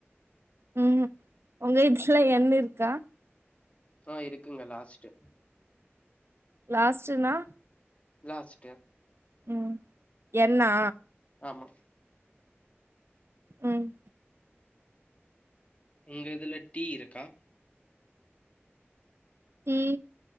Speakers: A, on the right; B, on the left.
A: உம் உங்க இத்ல என் இருக்கா
B: ஆ இருக்குங்க லாஸ்ட்டு
A: லாஸ்ட்டுனா
B: லாஸ்ட்
A: ம் என் னா
B: ஆமா
A: ம்
B: உங்க இதுல டீ இருக்கா
A: டீ